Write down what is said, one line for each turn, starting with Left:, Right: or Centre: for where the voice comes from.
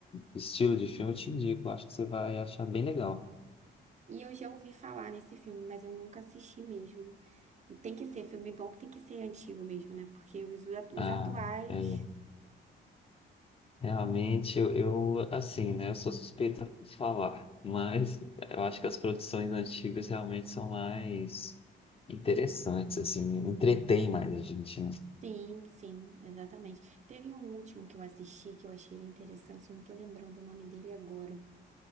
Left: estilo de filme, eu te indico, eu acho que você vai achar bem legal.
Right: E eu já ouvi falar nesse filme, mas eu nunca assisti mesmo. E tem que ser filme bom que tem que ser antigo mesmo, né? Porque os, atu-
Left: Ah,
Right: os atuais.
Left: é, realmente, eu, eu, assim, né, eu sou suspeita por falar, mas eu acho que as produções antigas realmente são mais interessantes, assim, entretêm mais a gente, né?
Right: Sim, sim, exatamente. Teve um último que eu assisti que eu achei ele interessante, só não tô lembrando o nome dele agora.